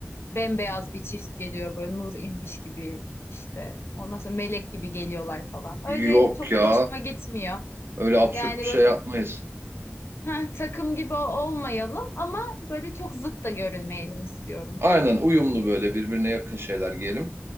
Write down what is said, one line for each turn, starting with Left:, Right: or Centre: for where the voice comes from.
Left: bembeyaz bir çift geliyor böyle nur inmiş gibi işte. Ondan sonra melek gibi geliyorlar falan. Öyle
Right: Yok
Left: çok
Right: ya
Left: hoşuma gitmiyor.
Right: öyle absürt
Left: Yani
Right: bir
Left: böyle
Right: şey yapmayız.
Left: "Heh, takım gibi olmayalım ama böyle çok zıt da görünmeyelim istiyorum.
Right: Aynen uyumlu böyle birbirine yakın şeyler giyelim.